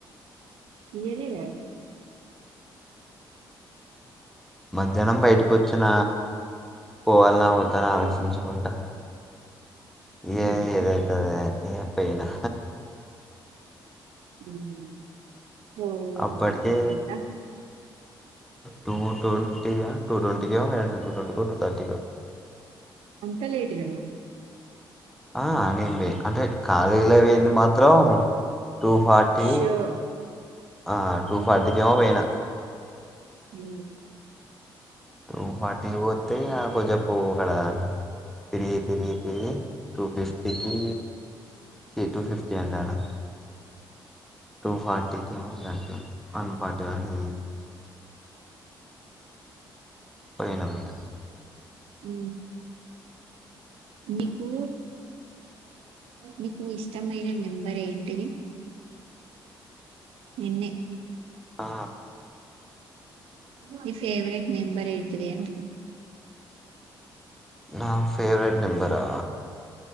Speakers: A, on the right; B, in the centre.
A: ఈయలేకడ్
B: మధ్యాహ్నం బయటి ఓచ్చిన పోవాల నా వద్దని
A: ఉమ్
B: ఆలోచించుకుంటా
A: పోయినవా
B: ఏ ఏదైతే అది అయింది న అప్పయినా
A: ఉమ్ ఓ
B: అప్పటికే
A: కదా
B: టు ట్వంటీ య టు ట్వంటీ కో టు థర్టీ కో
A: అంతా లేట్ గాన
B: ఆ అనింది అంటే కాలిలో వెేంది మాత్రం టూ ఫార్టీ
A: షో
B: ఆ టూ
A: ఉమ్
B: ఫార్టీ కి ఏమో పోయినా
A: ఉ
B: టు ఫార్టీ కి ఏమో పోతే తెయపు చెప్పు ఒక్కడ ఇది తిరిగి తిరిగి టు ఫిఫ్టీ కి చి టు ఫిఫ్టీ అంటానా టూ ఫార్టీ కి ఏమో సరే పోయినం ఇగ
A: ఉ మీకు నీకు ఇష్టమైన నెంబర్ ఏంటిది నిన్నే
B: ఆ
A: మీ ఫేవరెట్ నెంబర్ ఏంటిది అంటున్నా
B: నా ఫేవరెట్ నెంబరా